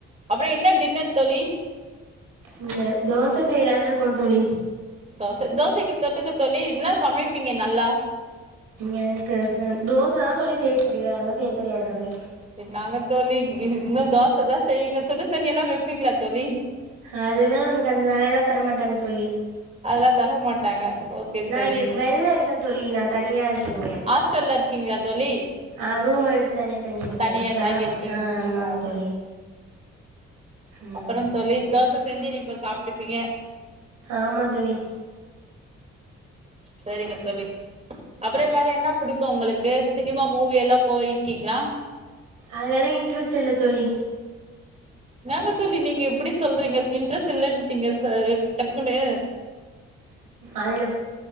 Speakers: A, on the right; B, on the right.
A: அப்புறம் என்ன டின்னர் தோழி
B: இல்ல தோச செய்யலான்ருக்கோம் தோழி
A: தொச தோசக்கி தொட்டுக்க தோழி இன்னா சமைப்பீங்க நல்லா
B: எனக்கு ச தோசதான் தோழி செய்ய தெரியும் வேறெதுவு செய்ய தெரியாது தோழி
A: என்னாங்க தோழி இது இன்னு தோசைதா செய்யிங்க சுடு தண்ணில்லா வெப்பீங்களா தோழி
B: ஹதல்லா நமக்கந்த வேலல்லா தரமாட்டாங்க தோழி
A: அதெல்லா தர மாட்டாங்க ஓகே
B: நா
A: தோழி
B: இங்க வெளில இருக்கே தோழி நா தனியா இருக்கேங்க
A: ஹாஸ்டல்ல இருக்கீங்களா தோழி
B: ஆ ரூம் எடுத்து தனியா தங்கிருக்கே
A: தனியா
B: வேலை
A: தங்கி
B: பாத்
A: இருக்கீங்க
B: ஆ ஆமாங்க
A: ஆ
B: தோழி ம்
A: அப்புற தோழி தோச செஞ்சி நிப்ப சாப்ட்ருப்பீங்க
B: ஆமா தோழி
A: சரிங்க தோழி அப்புற வேற என்ன புடிக்கும் உங்களுக்கு சினிமா மூவி எல்லா போயிருக்கீங்களா
B: அதலல்லா இன்ட்ரெஸ்ட் இல்ல தோழி
A: இன்னாங்க தோழி நீங்க இப்டி சொல்றீங்க சி இன்ட்ரெஸ்ட் இல்லட்டீங்க சார் டக்குனு
B: அதுல